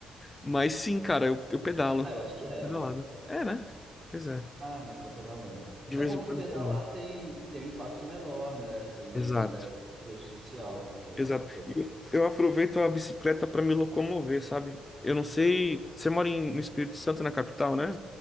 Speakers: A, on the left; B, on the right.
A: Mas sim, cara, eu, eu pedalo.
B: Ah, eu acho que é.
A: Pedalado. É, né? Pois é.
B: Ah, você está pedalando.
A: De
B: É
A: vez
B: bom
A: em
B: que
A: quando
B: pedalar
A: eu pedalo.
B: tem, tem um impacto menor, né? Você não
A: Exato.
B: deve ser prejudicial no
A: Exato.
B: seu carro.
A: E eu eu aproveito a bicicleta para me locomover, sabe? Eu não sei. Você mora em, no Espírito Santo, na capital, né?